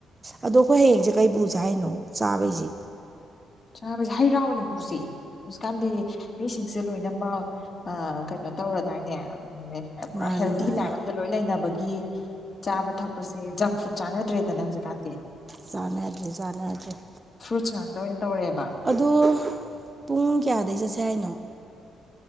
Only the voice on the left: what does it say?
ꯆꯥꯕꯩꯖ ꯍꯩꯔꯥ ꯑꯣꯏꯅ ꯄꯨꯁꯦ ꯍꯧꯖꯤꯛꯀꯥꯟꯗꯤ ꯃꯤꯁꯤꯡꯁꯦ ꯂꯣꯏꯅꯃꯛ ꯑ ꯀꯩꯅꯣ ꯇꯧꯔꯗꯥꯏꯅꯦ ꯄꯨꯔꯥ
ꯍꯦꯜꯗꯤ
ꯂꯥꯏꯞ ꯑꯃꯗ ꯂꯣꯏ ꯂꯩꯅꯕꯒꯤ ꯆꯥꯕ ꯊꯛꯄꯁ ꯖꯪ ꯐꯨꯗ ꯆꯥꯟꯅꯗ꯭ꯔꯦꯗꯅ ꯍꯧꯖꯤꯛꯀꯥꯟꯗꯤ꯫
ꯐ꯭ꯔꯨꯠꯁ ꯉꯥꯛꯇ ꯑꯣꯏꯅ ꯇꯧꯔꯦꯕ